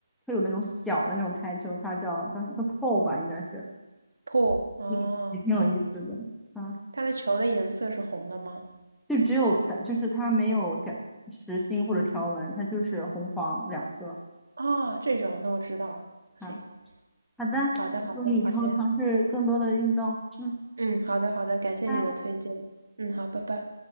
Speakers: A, in the centre; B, on the right.
A: 特有那种小的那种台球，它叫它叫 pole 吧，应该是，
B: pool 哦，
A: 嗯也挺有意思的。
B: 好，
A: 啊，
B: 它的球的颜色是红的吗？
A: 就只有就是它没有改实心或者条纹，它就是红黄两色。
B: 哦，这种，那我知道了。
A: 啊，
B: 行，
A: 好的，
B: 好的好的，
A: 祝你以后尝试更多的运动。
B: 好些，
A: 嗯，
B: 嗯，好的好的，感谢你的推荐。
A: 拜。
B: 嗯，好，拜拜。